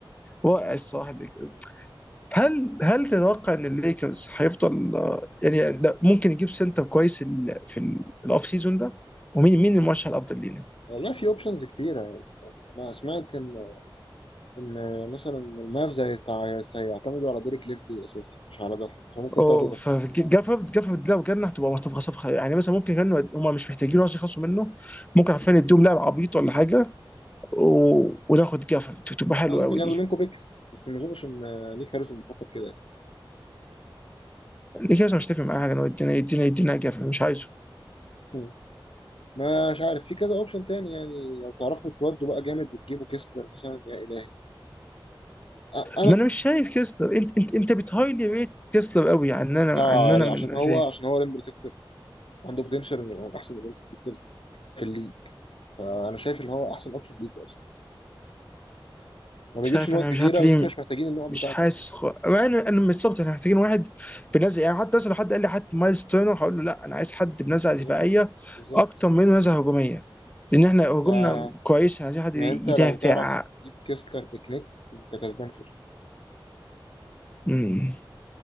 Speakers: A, on the left; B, on the left.
A: رائع الصراحه الليكرز. هل هل تتوقع ان الليكرز هيفضل يعني لا، ممكن يجيب سنتر كويس ال- في الاوف سيزون ده ومين مين المرشح الافضل لينا؟
B: والله في اوبشنز كتيرة يعني انا سمعت ان ان مثلا المavs هيست- هيعتمدوا على ديريك ليفلي اساسي مش على جافورد فممكن
A: اوه
B: تاخدوا جافورد
A: فجافرد جافرد لو جالنا هتبقى صفقه صفقه يعني مثلا ممكن كانوا هم مش محتاجين اصلا يخلصوا منه ممكن عارفين يدوهم لاعب عبيط ولا حاجه و... وناخد جافرد تبقى حلوه
B: لا ممكن
A: قوي
B: ياخدوا
A: دي
B: منكم بيكس بس ما اظنش ان نيك هاريسون بيفكر كده يعني
A: الليكرز أنا مش هتفق معاها حاجه إنه يدينا يدينا يدينا جافرد مش عايزه
B: مم. مش عارف في كذا اوبشن تاني يعني لو تعرفوا تودوا بقى جامد وتجيبوا كيسلر مثلا يا الهي أ- انا
A: ما انا مش شايف كيسلر انت انت انت بتهايلي ريت كيسلر قوي عن انا
B: اه
A: عن
B: يعني
A: انا
B: عشان
A: من انا
B: هو
A: شايف
B: عشان هو ريم بروتكتور عنده بوتنشال انه يبقى من احسن ريم بروتكتورز في الليج فانا شايف ان هو احسن اوبشن ليك اصلا ما بيجيبش
A: مش عارف
B: نقط
A: انا
B: كتيره
A: مش عارف ليه
B: بس انتوا مش محتاجين النقط بتاعته
A: مش حاسس
B: اصلا
A: خ... انا انا مش بالظبط احنا محتاجين واحد بنزع يعني حتى مثلا لو حد قال لي حد مايلز تيرنر هقول له لا انا عايز حد بنزعه
B: بالظبط
A: دفاعيه
B: بالظبط
A: اكتر منه نزعه هجوميه لان احنا هجومنا
B: يعني
A: كويس عايزين حد
B: يعني
A: يدافع
B: انت لو تعرف تجيب كيسلر بكنيك انت كسبان فشخ
A: مم.